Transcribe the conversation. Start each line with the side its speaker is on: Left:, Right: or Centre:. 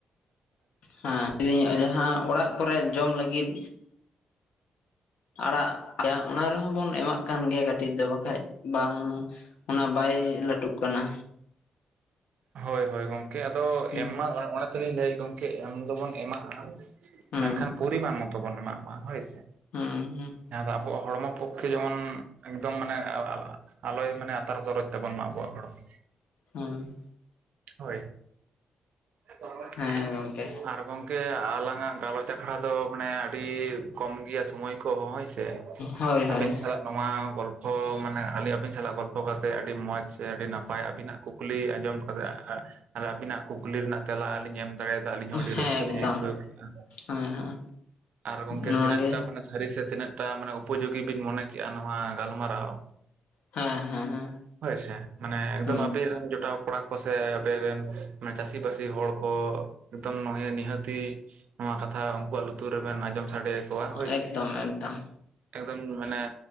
Left: ᱦᱮᱸ ᱞᱟᱹᱭᱫᱟᱹᱧ ᱡᱟᱦᱟᱸ ᱚᱲᱟᱜ ᱠᱚᱨᱮ ᱡᱚᱢ ᱞᱟᱹᱜᱤᱫ, ᱟᱲᱟᱜ ᱪᱟ ᱚᱱᱟ ᱨᱮᱦᱚᱸ ᱵᱚᱱ ᱮᱢᱟᱜ ᱠᱟᱱ ᱜᱮᱭᱟ ᱠᱟᱹᱴᱤᱡ ᱫᱚ ᱵᱟᱠᱷᱟᱡ ᱵᱟᱝ ᱚᱱᱟ ᱵᱟᱭ ᱞᱟᱹᱴᱩᱜ ᱠᱟᱱᱟ᱾
Right: ᱦᱳᱭ ᱦᱳᱭ ᱜᱚᱝᱠᱮ ᱟᱫᱚ
Left: ᱦᱩᱸ
Right: ᱮᱢ ᱢᱟ ᱚᱱᱮ ᱛᱚᱞᱤᱧ ᱞᱟᱹᱭ ᱜᱚᱢᱠᱮ ᱮᱢ ᱫᱚᱵᱚᱱ ᱮᱢᱟᱜᱼᱟ᱾
Left: ᱦᱩᱸ
Right: ᱢᱮᱱᱠᱷᱟᱱ ᱯᱚᱨᱤᱢᱟᱱ ᱢᱚᱛᱚ ᱵᱚᱱ ᱮᱢᱟᱜ ᱢᱟ ᱦᱳᱭ ᱥᱮ᱾
Left: ᱦᱩᱸ ᱦᱩᱸ,
Right: ᱡᱟᱦᱟᱸ ᱫᱚ ᱟᱵᱚᱣᱟᱜ ᱦᱚᱲᱢᱚ ᱯᱚᱠᱷᱮ ᱡᱮᱢᱚᱱ ᱮᱠᱫᱚᱢ ᱢᱟᱱᱮ ᱟᱞ ᱟᱞ ᱟᱞᱚᱭ ᱢᱟᱱᱮ ᱟᱛᱟᱨ ᱛᱚᱨᱚᱡ ᱛᱟᱵᱚᱱ ᱢᱟ ᱟᱵᱚᱣᱟᱜ ᱡᱚᱲᱢᱚ᱾
Left: ᱦᱩᱸ,
Right: ᱦᱳᱭ᱾ <unintelligible>
Left: ᱦᱮᱸ ᱜᱚᱝᱠᱮ
Right: ᱥᱟᱨ ᱜᱚᱝᱠᱮ ᱟᱞᱟᱝᱟᱜ ᱜᱟᱞᱚᱪ ᱟᱠᱷᱲᱟ ᱫᱚ ᱢᱟᱱᱮ ᱟᱹᱰᱤ ᱠᱚᱢ ᱜᱮᱭᱟ ᱥᱳᱢᱚᱭ ᱠᱚ ᱦᱳᱭ ᱥᱮ᱾ ᱥᱮ
Left: ᱦᱳᱭ ᱦᱳᱭ
Right: ᱟᱵᱮᱱ ᱥᱟᱞᱟᱜ ᱱᱚᱣᱟ ᱜᱚᱞᱯᱷᱚ ᱢᱟᱱᱮ ᱟᱞᱤᱧ ᱟᱵᱤᱱ ᱥᱟᱞᱟᱜ ᱜᱚᱞᱯᱚ ᱠᱟᱛᱮ ᱟᱹᱰᱤ ᱢᱚᱡᱽ ᱥᱮ ᱟᱹᱰᱤ ᱱᱟᱯᱟᱭ ᱟᱵᱤᱱᱟᱜ ᱠᱩ ᱠᱩᱠᱞᱤ ᱟᱸᱡᱚᱢ ᱠᱟᱛᱮ ᱟᱹᱵᱤᱱᱟᱜ ᱠᱩᱠᱞᱤ ᱨᱮᱱᱟᱜ ᱛᱮᱞᱟ ᱟᱞᱤᱧ ᱮᱢ <unintelligible> ᱟᱹᱞᱤᱧ ᱦᱚᱸ ᱟᱹᱰᱤ
Left: ᱦᱮᱸ
Right: ᱨᱟᱹᱥᱠᱟᱹ
Left: ᱮᱠᱫᱚᱢ
Right: ᱞᱤᱧ ᱟᱹᱭᱠᱟᱹᱣ ᱠᱮᱫᱼᱟ
Left: ᱦᱮᱸ ᱦᱮᱸ
Right: ᱟᱨ ᱜᱚᱝᱠᱮ
Left: ᱱᱚᱣᱟ
Right: ᱛᱤᱱᱟᱹᱜᱴᱟ
Left: ᱜᱮ
Right: ᱢᱟᱱᱮ ᱥᱟᱹᱨᱤ ᱥᱮ ᱛᱤᱱᱟᱹᱜ ᱴᱟ ᱢᱟᱱᱮ ᱩᱯᱚᱡᱳᱜᱤ ᱵᱤᱱ ᱢᱚᱱᱮ ᱠᱮᱜᱼᱟ ᱱᱚᱣᱟ ᱜᱟᱞᱢᱟᱨᱟᱣ,
Left: ᱦᱮᱸ ᱦᱮᱸ ᱦᱮᱸ
Right: ᱦᱳᱭᱥᱮ ᱢᱟᱱᱮ ᱮᱠᱫᱚᱢ
Left: ᱦᱩᱸ
Right: ᱟᱵᱮᱱ ᱨᱮᱱ ᱡᱚᱴᱟᱣ ᱠᱚᱲᱟ ᱠᱚ ᱥᱮ ᱟᱵᱮᱱ ᱨᱮᱱ ᱢᱟᱱᱮ ᱪᱟᱹᱥᱤ ᱵᱟᱹᱥᱤ ᱦᱚᱲ ᱠᱚ ᱮᱠᱫᱚᱢ ᱱᱚ ᱼᱮ ᱱᱤᱦᱟᱹᱛᱤ ᱱᱚᱣᱟ ᱠᱟᱛᱷᱟ ᱩᱱᱠᱩᱣᱟᱜ ᱞᱩᱛᱩᱨ ᱨᱮᱵᱮᱱ ᱟᱸᱡᱚᱢ ᱥᱟᱰᱮ ᱠᱚᱭᱟ ᱦᱳᱭ
Left: ᱮᱠᱫᱚᱢ
Right: ᱥᱮ
Left: ᱮᱠᱫᱚᱢ
Right: ᱮᱠᱫᱚᱢ ᱢᱟᱱᱮ